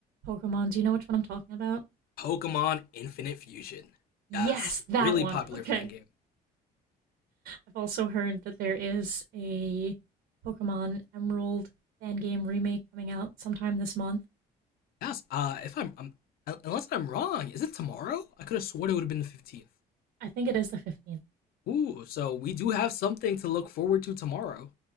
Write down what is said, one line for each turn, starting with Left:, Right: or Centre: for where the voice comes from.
Right: Pokemon. Do you know which one I'm talking about?
Left: Pokemon Infinite Fusion.
Right: Yes,
Left: Yes,
Right: that
Left: really
Right: one.
Left: popular
Right: Okay.
Left: fan game.
Right: I've also heard that there is a Pokemon Emerald fan game remake coming out sometime this month.
Left: Yes, uh if I'm, I'm unless I'm wrong, is it tomorrow? I could have sworn it would have been the 15th.
Right: I think it is the 15th.
Left: Ooh, so we do have something to look forward to tomorrow.